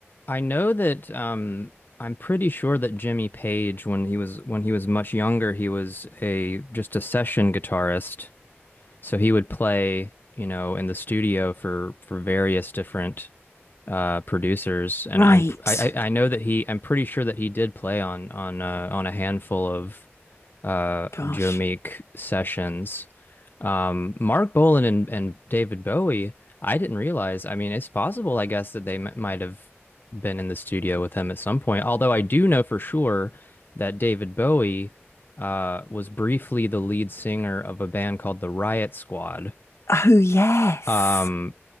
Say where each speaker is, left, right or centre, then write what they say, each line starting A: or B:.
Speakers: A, on the left; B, on the left.
A: I know that um. I'm pretty sure that Jimmy Page, when he was when he was much younger, he was a just a session guitarist. So he would play, you know, in the studio for for various different uh producers and
B: Right.
A: I'm I I know that he I'm pretty sure that he did play on on uh, on a handful of uh
B: Gosh.
A: of Joe Meek sessions. Um Mark Bolan and and David Bowie, I didn't realize. I mean, it's possible I guess that they m might have been in the studio with him at some point. Although I do know for sure that David Bowie uh was briefly the lead singer of a band called the Riot Squad.
B: Oh yes.
A: Um